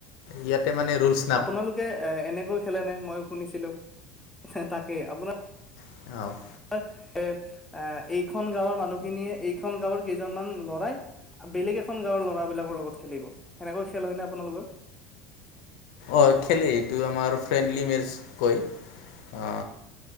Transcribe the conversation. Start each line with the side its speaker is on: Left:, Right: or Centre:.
Left: ইয়াতে মানে ৰুছ
Centre: আপোনালোকে এ এনেকৈ খেলেনে মই শুনিছিলোঁ, হে তাকে আপোনাৰ
Left: হেইয়াই আৰু।
Centre: এ, এ, এ এইখন গাঁৱৰ মানুহখিনিয়ে, এইখন গাঁৱৰ কেইজনমান ল'ৰাই আ বেলেগ এখন গাঁৱৰ ল'ৰা বিলাকৰ লগত খেলিব। সেনেকুৱা খেল হয় নে আপোনালোকৰ
Left: অ' খেলে এইটো আমাৰ ফ্ৰেণ্ডলি মেচ কয়। আ,